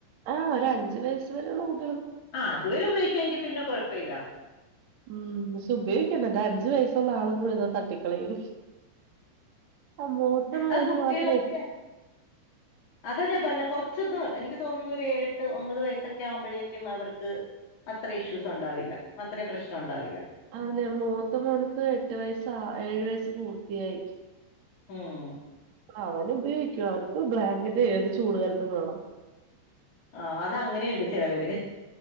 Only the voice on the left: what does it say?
ആ അതുവരെ ഉപയോഗിക്കാങ്കി പിന്നെ കൊഴപ്പല്ല
അത് കുട്ടികളൊക്കെ
അതാ ഞാൻ പറഞ്ഞ കൊറച്ചൊന്ന് എനിക്ക് <unintelligible> ഏഴട്ട് ഒമ്പത് വയസൊക്കെ ആവുമ്പോഴേക്കും അവർക്ക് അത്ര ഇഷ്യൂസ് ഉണ്ടാവില്ല. അത്രയും പ്രശ്നം ഉണ്ടാവില്ല
ഉം
ആ അത് അങ്ങനെയുണ്ട് ചെലവര്.